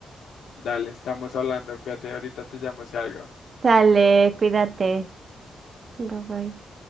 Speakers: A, on the left; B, on the right.
A: Dale, estamos hablando, cuídate, ahorita te llamo si algo.
B: Sale, cuídate. Bye bye.